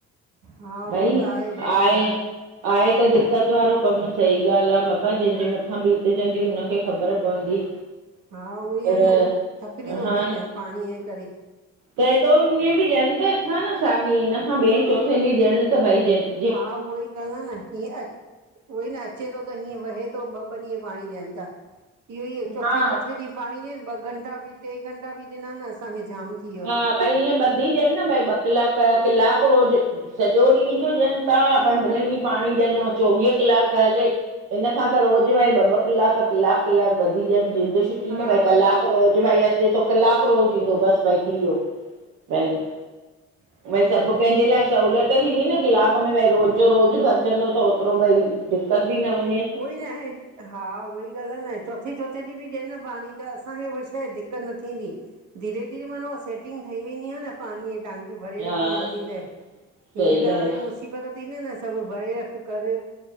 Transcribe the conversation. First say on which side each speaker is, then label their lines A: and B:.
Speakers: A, on the right; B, on the right.
A: हा उहो
B: भई
A: त आहे बरोबरु
B: आए
A: आहे
B: आहे त दिक़त वारो कम सही ॻाल् आ बाबा जंहिंजे मथां बीतजंदी हुनखे ख़बर पवंदी।
A: हा उहे
B: पर
A: आ न थकिजी थो
B: हा
A: पए
B: न
A: ञण पाणीअ जे करे।
B: त हेएॾो ईअं बि ॾियन त थथा न साॻे हिन खां ॿिए चौथे ॾींहुं ॾियन त भई ॾंनि
A: हा उहा ई ॻाल् आ न हीअं अ उहो ई न अचे थो त हीअं वहे थो ॿ ॿ ॾींहं पाणी ॾियनि था इहो ई चोथे
B: हा
A: चोथे ॾींहुं पाणी ॾियनि ॿ घंटा बि ट्रे घंटा बि ॾिना आहिनि असांखे जाम थी वियो
B: हा भई ईअ ॿधी जनि न भई ॿ कलाक कलाक रोज सॼो ॾींहुं जो ॾियन था पंद्रहें ॾींहं पाणी ॾियो चोवीह कलाक हले हिनन खां त रोज़ु भाई ॿ ॿ कलाक- कलाक कलाक ॿी ॾियनि जिंद
A: हा
B: न भई कलाक रोज भई अचे थो कलाक रोज़ ईंदो बस भई थी वियो भई
A: ह <inaudible>
B: भई सब कंहिंजे लाइ सहुलियत थींदी न कलाक में भई रोज़ जो रोज भरजंदो त ओतिरो भई दिक़त बि न म
A: उहोई न आहे हा उहोई। ॻाल्हाए न आहे चोथे चोथे ॾींहुं बि ॾियनि न पाणी त असांखे उहा शइ दिक़त न थींदी। धीरे धीे मानाहा सेटिंग ठही वेंदी आहे न पाणीअ टांगियूं भरे
B: हा
A: रखंदासीं हं
B: सही
A: त
B: ॻाल्हि
A: हाणेस
B: आ
A: मुसीबत थींदे न सभु भरे रख कर।